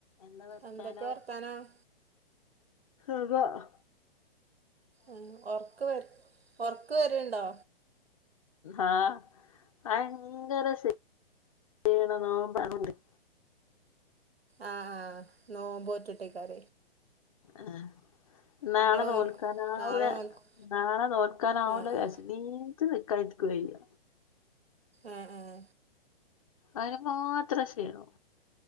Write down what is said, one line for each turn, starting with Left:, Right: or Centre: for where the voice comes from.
Left: എന്താ വർത്താനോ
Right: എന്തൊക്കെ വർത്താനം
Left: അ
Right: ഉ ഉറക്ക് വരു ഒറക്ക് വരുണ്ടോ
Left: ആഹ ഭയങ്കര ക്ഷീണം നോമ്പാർന്നിട്ട്
Right: ആഹ ആഹ് നോമ്പോറ്റിട്ടേക്കാര
Left: ആഹ നാളെ നോൽക്കാനാവില്ല
Right: നോൽക്കും നാളെ നോൽക്കും
Left: നാളെ നോൽക്കാനാവില്ലെ
Right: ആ ആ
Left: രശനീക്ക് <unintelligible> ക്ക് വയ്യ
Right: ഏഹ് ഏഹ്
Left: അതിന് മാത്രം ക്ഷീണോ